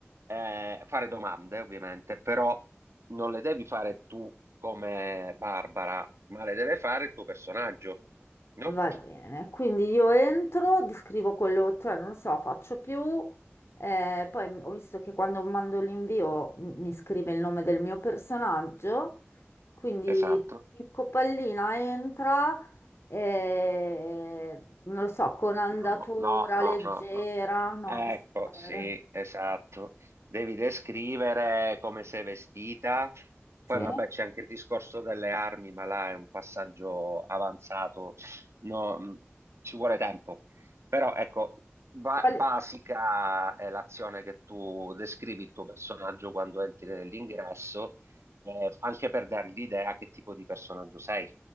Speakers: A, on the right; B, on the left.
A: a fare domande, ovviamente, però non le devi fare tu come Barbara, ma le deve fare il tuo personaggio, no?
B: Va bene, quindi io entro, descrivo quello, cioè non so, faccio più, eh, poi m- ho visto che quando mando l'invio m- mi scrive il nome del mio personaggio, quindi
A: Esatto.
B: Pinco Pallina entra, eh, non lo so, con andatura
A: No, no, no,
B: leggera,
A: no, no.
B: no,
A: Ecco,
B: così. pare.
A: sì, esatto. Devi descrivere come sei vestita. Poi
B: Sì.
A: vabbè, c'è anche il discorso delle armi, ma là è un passaggio avanzato. No, mh, ci vuole tempo. Però ecco, ba-
B: Quali-
A: basica è l'azione che tu descrivi il tuo personaggio quando entri nell'ingresso, eh, anche per dargli l'idea che tipo di personaggio sei.